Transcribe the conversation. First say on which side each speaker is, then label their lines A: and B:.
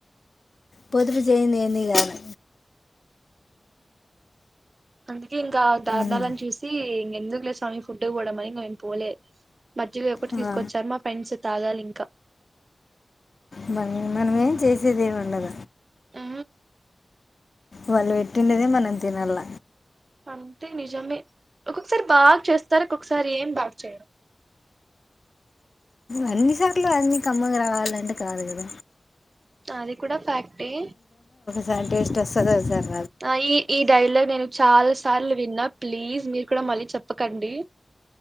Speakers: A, on the left (about 55°); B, on the right (about 45°).
A: పొదుపు చెయంది ఏన్ని కాను
B: అందుకే ఇంకా దారుణాలను
A: ఉమ్,
B: చూసి ఇంకెందుకు లే ఫుడ్ కూడా మని మేము పోలే మధ్య ఒకటి
A: ఆ,
B: తీసుకొచ్చారు మా ఫండ్స్ తాగాలి ఇంకా
A: భ మనం ఏం చేసేదిేమిండద
B: ఆ
A: వాళ్ళు పెట్టిండేదే మనం తినాల
B: అంతె నిజమే ఒక్కొక్సారి బాగ్ చేస్తారు ఒక్కొక్సారేం బాగ్ చేయరు
A: అన్ని సార్లు అన్నీ కమ్మగ రావాలంటె కాదు గద
B: అది కుడ ఫ్యాక్ట్యే
A: సార్ టేస్ట్వొస్తదా సార్
B: ఆఁ ఈ ఈ డైలగ్ నేను చాల సార్లు విన్నా ప్లీజ్ మీర్కుడ మళ్ళీ చెప్పకండీ